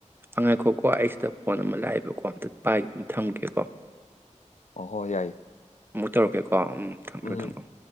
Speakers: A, on the right; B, on the left.
A: ꯑꯉꯥꯏꯈꯣꯀꯣ ꯑꯩꯁꯤꯗ ꯐꯣꯟ ꯑꯃ ꯂꯥꯛꯑꯦꯕꯀꯣ ꯍꯟꯗꯛ ꯄꯥꯏꯒꯦ ꯑꯃ ꯊꯝꯒꯦꯀꯣ
B: ꯑꯍꯣ ꯌꯥꯏ
A: ꯃꯨ ꯇꯔꯛꯦ ꯑꯥ ꯎꯝ ꯊꯝꯕꯤꯌꯣ
B: ꯎꯝ
A: ꯊꯝꯕꯤꯌꯣꯨ